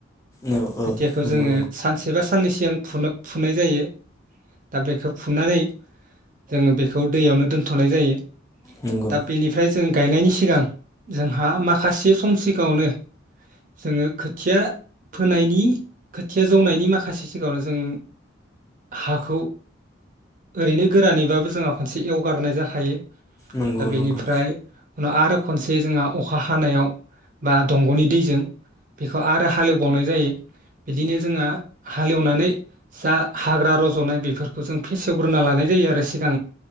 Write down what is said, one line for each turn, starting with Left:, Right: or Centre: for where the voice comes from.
Left: औ औ
Right: खोथियाखौ
Left: नंगौ
Right: जोङो सानसे बा साननै सिगां फुनो- फुनाय जायो दा बेखौ फुनानै जोङो बेखौ दैयावनो दोनथ'नाय जायो।
Left: नंगौ
Right: दा बेनिफ्राय जों गायनायनि सिगां जोंहा माखासे सम सिगाङावनो जोङो खोथिया फोनायनि खोथिया जौनायनि माखासे सिगाङावनो जों हाखौ ओैरैनो गोरानैबाबो जोंहा खनसे एवगारनाय जाखायो।
Left: नंगौ
Right: दा बेनिफ्राय
Left: नंगौ
Right: उनाव आरो खनसे जोंहा अखा हानायाव बा दंग'नि दैजों बेखौ आरो हालेवबावनाय जायो बिदिनो जोंहा हालेवनानै जा हाग्रा रज'नाय बेफोरखौ जों फेसेवग्रोना लानाय जायो आरो सिगां